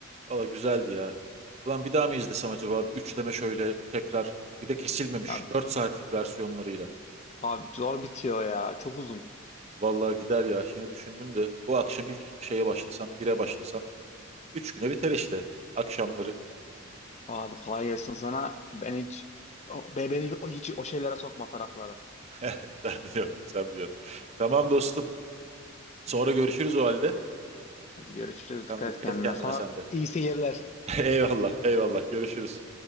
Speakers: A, on the right; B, on the left.
A: Valla güzeldi ya. Ulan bir daha mı izlesem acaba? Bir üçleme şöyle tekrar. Bir de kesilmemiş
B: Ya,
A: 4 saatlik versiyonlarıyla.
B: abi zor bitiyor ya. Çok uzun.
A: Valla gider ya. Şimdi düşündüm de bu akşam ilk şeye başlasam, bire başlasam 3 güne biter işte. Akşamları.
B: Abi kolay gelsin sana. Ben hiç o, be- beni o- hiç o şeylere sokma taraklara.
A: <laughs> Sen biliyorsun, sen biliyorsun. Tamam dostum. Sonra görüşürüz o halde.
B: Hadi görüşürüz.
A: Tamam
B: Dikkat
A: dikkat
B: et kendine.
A: et kendine
B: Sana
A: sen de.
B: iyi seyirler.
A: <laughs> Eyvallah, eyvallah. Görüşürüz.